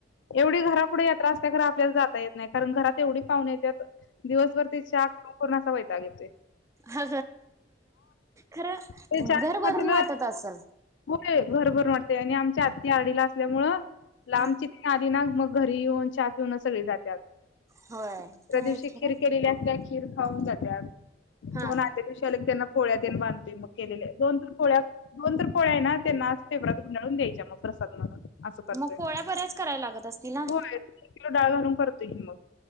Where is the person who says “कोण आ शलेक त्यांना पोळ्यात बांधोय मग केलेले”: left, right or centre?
Left